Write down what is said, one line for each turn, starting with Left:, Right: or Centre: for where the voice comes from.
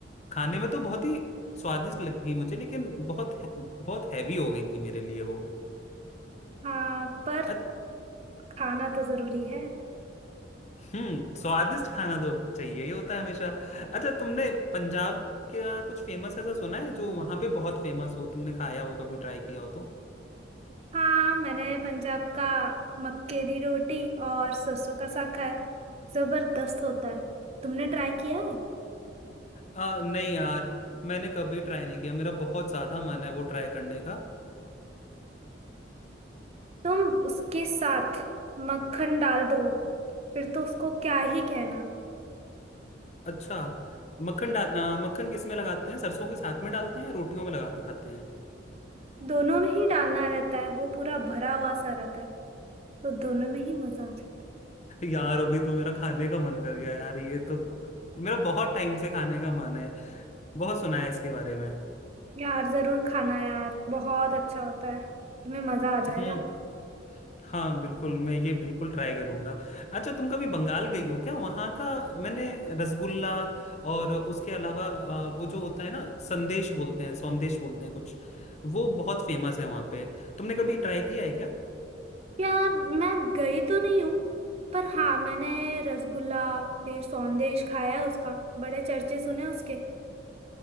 Left: खाने में तो बहुत ही स्वादिष्ट लगी मुझे लेकिन बहुत बहुत हैवी हो गई थी मेरे लिए वो
Right: हाँ पर
Left: अच-
Right: खाना तो जरूरी है
Left: हम्म स्वादिष्ट खाना तो चाहिए ये होता है हमेशा अच्छा तुमने पंजाब का कुछ फेमस ऐसा सुना है जो वहां पे बहुत फेमस हो तुमने खाया हो कभी ट्राई किया हो तो
Right: हाँ मैंने पंजाब का मक्के की रोटी और सरसों का साग खाया है। जबरदस्त होता है तुमने ट्राई किया है
Left: आ, नहीं यार मैंने कभी ट्राई नहीं किया मेरा बहुत ज्यादा मन है वो ट्राई करने का
Right: तुम उसके साथ मक्खन डाल दो फिर तो उसको क्या ही कहना
Left: अच्छा मक्खन डाल आ, मक्खन किस में लगाते हैं सरसों के साथ में डालते हैं या रोटियों में लगा के खाते हैं
Right: दोनों में ही डालना रहता है वो पूरा भरा हुआ सा रहता है तो दोनों में ही मजा आ जाता
Left: यार अभी तो मेरा खाने का मन कर गया यार ये तो मेरा बहुत टाइम से खाने का मन है बहुत सुना है इसके बारे में
Right: है यार जरूर खाना यार बहुत अच्छा होता है तुम्हें मजा आ जाएगा
Left: हम्म हाँ बिल्कुल मैं ये बिल्कुल ट्राई करूंगा अच्छा तुम कभी बंगाल गई हो क्या वहाँ का मैंने रसगुल्ला और उसके अलावा अ, वो जो होता है ना संदेश बोलते हैं सौंदेश बोलते हैं कुछ वो बहुत फेमस है वहाँ पे तुमने कभी ट्राई किया है क्या
Right: यार मैं गई तो नहीं हूँ पर हाँ मैंने रसगुल्ला फिर सौंदेश खाया है उसका बड़े चर्चे सुने उसके